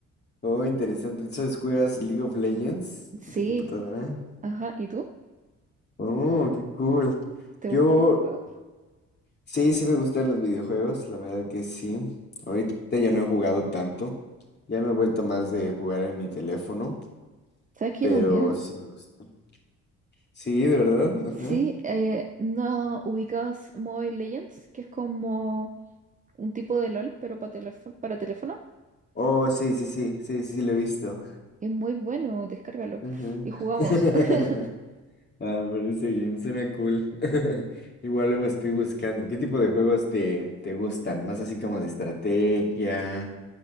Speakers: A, on the left (about 35°); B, on the right (about 25°).
A: Oh, interesante. Entonces, ¿juegas League of Legends
B: Sí,
A: en tu computadora?
B: ajá. ¿Y tú?
A: Oh, qué cool.
B: ¿Te
A: Yo,
B: gusta algún juego?
A: sí, sí me gustan los videojuegos, la verdad que sí. Ahorita ya no he jugado tanto. Ya me he vuelto más de jugar en mi teléfono,
B: ¿Sabes que
A: pero
B: yo también?
A: sí me gusta. Sí, de verdad. Ajá.
B: Sí, eh, ¿no ubicas Mobile Legends? Que es como un tipo de LOL, pero para teléfono, para teléfono.
A: Oh, sí, sí, sí, sí, sí, sí, lo he visto.
B: Es muy bueno, descárgalo.
A: Ujú.
B: Y jugamos.
A: <laughs>
B: <laughs>
A: Ah, me parece bien, suena cool. <laughs> Igual luego estoy buscando. ¿Qué tipo de juegos te, te gustan? Más así como de estrategia,